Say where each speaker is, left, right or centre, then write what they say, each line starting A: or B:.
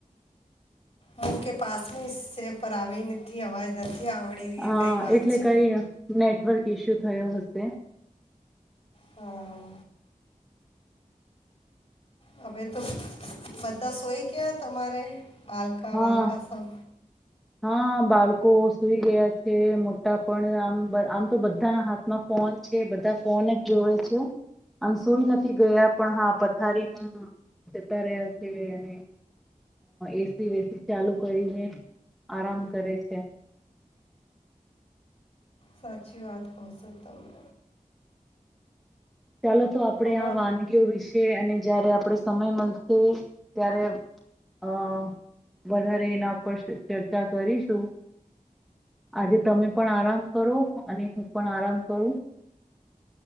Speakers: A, on the left; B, in the centre.
A: મુ કે પાસની સે પર આવી નથી અવાજ નથી. આવડી ર
B: હા
A: એ કઈ વાત
B: એટલે
A: છે.
B: કઈ નેટવર્ક ઈસ્યુ થયો હશે.
A: હાં. હવે તો બધા સોઈ ગયા તમારે બાલકા
B: હા
A: વાલકા સબ
B: હા બાલકો સુઈ ગયા છે. મોટા પણ આમ આમ તો બધાના હાથમાં ફોન છે બધા ફોન જ જોવે છે. આમ સુઈ નથી ગયા પણ હા પથારીમાં જતા રહ્યા છે. અને એસી વેસી ચાલુ કરીને આરામ કરે છે.
A: સાચી વાત કહો છો તમે.
B: ચાલો તો આપડે
A: ઓર
B: આ વાનગીઓ વિશે અને જયારે આપડે સમય મળશે ત્યારે અ વધારે એના ઉપર ચર્ચા કરીશું આજે તમે પણ આરામ કરો અને હું પણ આરામ કરું.